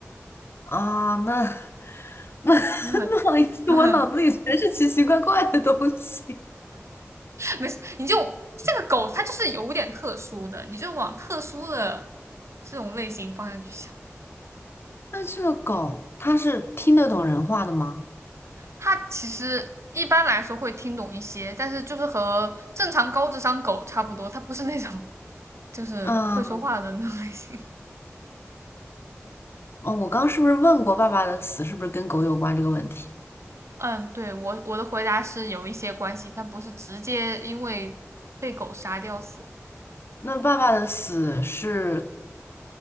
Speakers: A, on the left; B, on the right.
A: 啊，那 <laughs> 不不好意思，
B: 了 <laughs>
A: 我脑子里全是奇奇怪怪的东西。
B: 没事，你就这个狗，它就是有点特殊的，你就往特殊的这种类型方向去想。
A: 那这个狗它是听得懂人话的吗？
B: 它其实一般来说会听懂一些，但是就是和正常高智商狗差不多，它不是那种就是会说话的那种类型。
A: 啊，
B: <laughs>
A: 哦，我刚是不是问过爸爸的死是不是跟狗有关这个问题？
B: 嗯，对，我我的回答是有一些关系，但不是直接因为被狗杀掉死，
A: 那爸爸的死是